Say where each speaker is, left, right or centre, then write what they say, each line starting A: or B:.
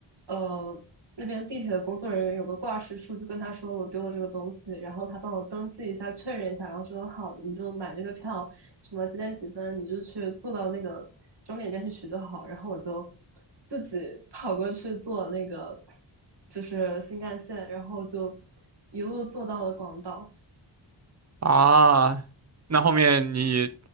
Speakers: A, on the right; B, on the right.
A: 呃，那边地铁的工作人员有个挂失处，就跟他说我丢了这个东西，然后他帮我登记一下，确认一下，然后说好，你就买这个票，什么几点几分，你就去坐到那个终点站去取就好。然后我就自己跑过去坐那个就是新干线，然后就一路坐到了广岛。
B: 啊，那后面你